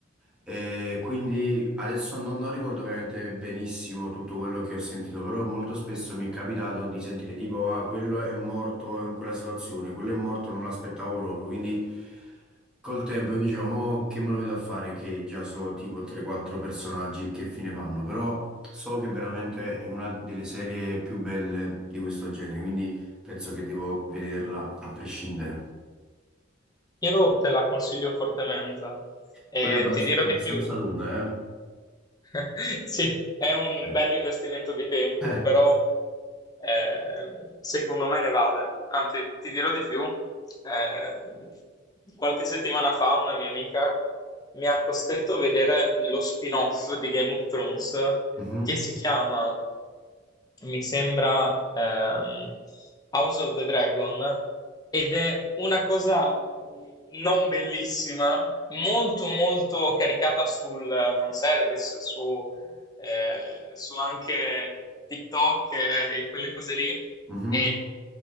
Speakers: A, in the centre; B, on the left (about 20°).
A: E quindi adesso non, non ricordo veramente benissimo tutto quello che ho sentito, però molto spesso mi è capitato di sentire tipo, ah, quello è morto in quella situazione, quello è morto, non me l'aspettavo proprio. Quindi col tempo io dicevo, mo che me lo vedo a fare che già so tipo 3-4 personaggi che fine fanno, però so che veramente è una delle serie più belle di questo genere, quindi Penso che devo vederla a prescindere.
B: Io te la consiglio fortemente e
A: Quella è, abbas-
B: ti dirò
A: è abbastanza
B: di più.
A: lunga,
B: <laughs> Sì, è un
A: eh?
B: bel investimento di tempo,
A: Eh. Eh.
B: però eh, secondo me ne vale. Anzi, ti dirò di più. eh, qualche settimana fa una mia amica mi ha costretto a vedere lo spin-off di Game of Thrones
A: Mhm.
B: che si chiama, mi sembra, ehm, House of the Dragon ed è una cosa non bellissima, molto molto caricata sul fanservice, su, eh, su anche TikTok e, e quelle cose lì.
A: Mhm.
B: E